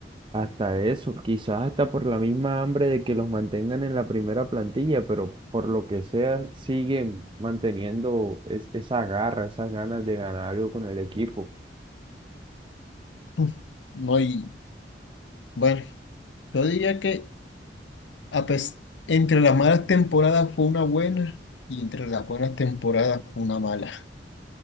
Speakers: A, on the right (about 30°); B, on the left (about 85°).
A: Hasta eso, quizás hasta por la misma hambre de que los mantengan en la primera plantilla, pero por lo que sea, siguen manteniendo es- esa garra, esas ganas de ganar algo con el equipo.
B: <laughs> No, y bueno, yo diría que a pes- entre las malas temporadas fue una buena y entre las buenas temporadas fue una mala.